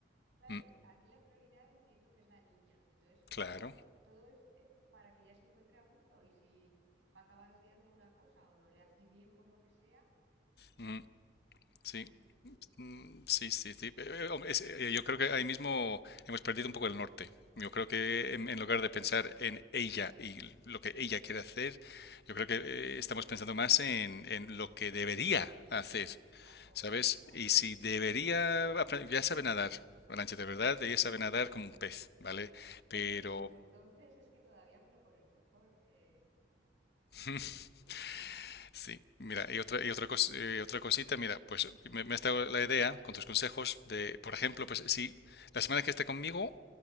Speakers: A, on the right; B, on the left.
A: Claro,
B: mm,
A: y aquí la prioridad entiendo que es la niña. Entonces,
B: claro,
A: todo, todo es eh, para que ella se encuentre a gusto y si va a acabar odiando una cosa o no le hace bien por lo que sea,
B: mm, sí.
A: mm,
B: Mm, Sí, sí, sí. Eh, eh, hombre, es- eh, Yo creo que ahí mismo hemos perdido un poco el norte. Yo creo que en, en lugar de pensar en ella y lo que ella quiere hacer, yo creo que eh, estamos pensando más en, en lo que debería hacer,
A: claro,
B: ¿sabes?
A: claro.
B: Y si debería, apre- ya sabe nadar, Arantxa, de verdad, ella sabe nadar como un pez, ¿vale?
A: Pues,
B: Pero
A: eh, pues entonces es que todavía me lo pones mejor. eh, mm,
B: <laughs>
A: mm,
B: Sí, mira, y otra, y otra, cos- eh, otra cosita, mira, pues me, me ha estado la idea con tus consejos de,
A: mm,
B: por ejemplo, pues si la semana que esté conmigo